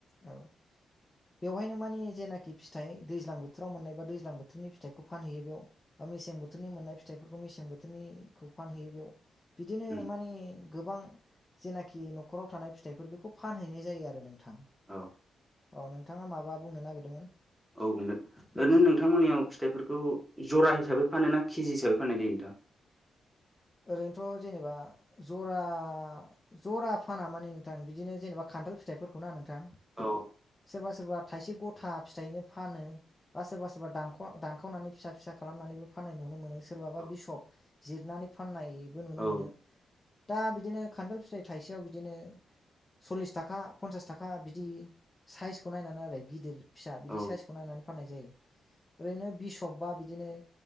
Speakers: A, on the left (about 15°); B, in the centre.
A: औ
B: <inaudible>
A: बेवहायनो मानि जेनाखि फिथाइ दैज्लां बोथोराव मोननाय बा दैज्लां बोथोरनि फिथाइखौ फानहैयो बेयाव मेसें बोथोरनि मोननाय फिथाइफोरखौ मेसें बोथोरनिखौ फानहैयो बेयाव बिदिनो
B: उम
A: मानि गोबां जेनाखि न'खराव थानाय फिथाइफोर बेखौ फानहैनाय जायो आरो नोंथां
B: औ
A: अ नोंथाङा माबा बुंनो नागिरदोंमोन?
B: औ बुंगोन ओरैनो नोंथांमोननियाव फिथाइफोरखौ जरा हिसाबै फानो ना केजि हिसाबै फाननाय जायो नोंथां? <inaudible>
A: ओरैनोथ' जेनेबा जरा जरा फाना माने नोंथां बिदिनो जेनेबा खान्थाल फिथाइफोरखौ ना नोंथां
B: औ
A: सोरबा सोरबा थाइसे गथा फिथाइ बो फानो बा सोरबा सोरबा दानख- दानखावनानै फिसा फिसा खालामनानैबो फाननाय नुनो मोनो सोरबाबा
B: औ
A: बिसब जिरनानै फाननाय बो नुनो
B: औ
A: मोनो। दा बिदिनो खान्थाल फिथाइ थाइसेयाव बिदिनो सल्लिस थाखा पन्सास थाखा बिदि साइसखौ नायनानै आरो गिदिर फिसा बिदि
B: औ
A: साइसखौ नायनानै फाननाय जायो ओरैनो बिसब बा बिदिनो